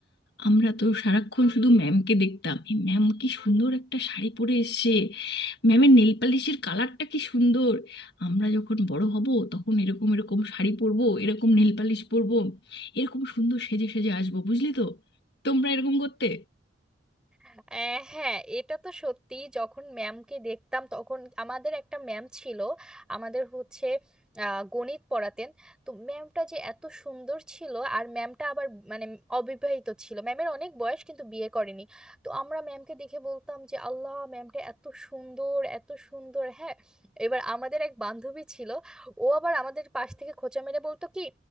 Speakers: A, on the left; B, in the centre.
A: আমরা তো সারাক্ষণ শুধু ম্যামকে দেখতাম এই ম্যাম কি সুন্দর একটা শাড়ি পরে এসেছে ম্যামের নেল পালিশের কালারটা কি সুন্দর আমরা যখন বড় হব তখন এরকম এরকম শাড়ি পরবো এরকম নেল পালিশ পরবো এরকম সুন্দর সেজে সেজে আসবো বুঝলি তো তোমরা এরকম করতে
B: আহ, হ্যাঁ এটা তো সত্যি যখন ম্যামকে দেখতাম তখন আমাদের একটা ম্যাম ছিল আমাদের হচ্ছে আহ, গণিত পড়াতেন তো ম্যামটা যে এত সুন্দর ছিল আর ম্যামটা আবার মানে অবিবাহিত ছিল ম্যামের অনেক বয়স কিন্তু বিয়ে করেনি তো আমরা ম্যামকে দেখে বলতাম যে আল্লাহ ম্যামটা এত সুন্দর এত সুন্দর হ্যাঁ এবার আমাদের এক বান্ধবী ছিল ও আবার আমাদের পাশ থেকে খোঁচা মেরে বলতো কি